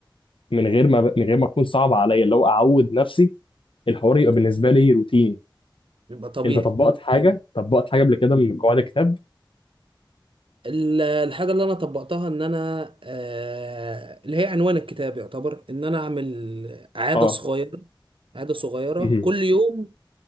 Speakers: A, on the left; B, on the right.
A: من غير ما من غير ما تكون صعبة عليا اللي هو اعود نفسي الحوار يبقى بالنسبة لي روتيني
B: يبقى طبيعي
A: انت طبقت حاجة طبقت حاجة قبل كده من قواعد الكتاب
B: ال- الحاجة اللي أنا طبقتها إن أنا آه، اللي هي عنوان الكتاب يعتبر إن أنا أعمل عادة
A: اه
B: صغيرة عادة صغيرة
A: مهم.
B: كل يوم